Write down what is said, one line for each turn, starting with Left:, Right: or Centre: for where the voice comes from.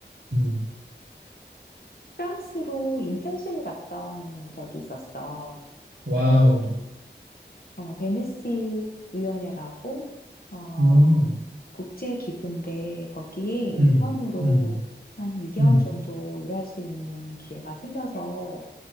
Right: 응.
Left: 프랑스로 인턴십을 갔던 적이 있었어.
Right: 와우.
Left: 어, 베니스 위원회라고 어,
Right: 음,
Left: 국제 기구인데 거기에 인턴으로
Right: 음, 음,
Left: 한 2개월
Right: 음,
Left: 정도 일할 수 있는 기회가 생겨서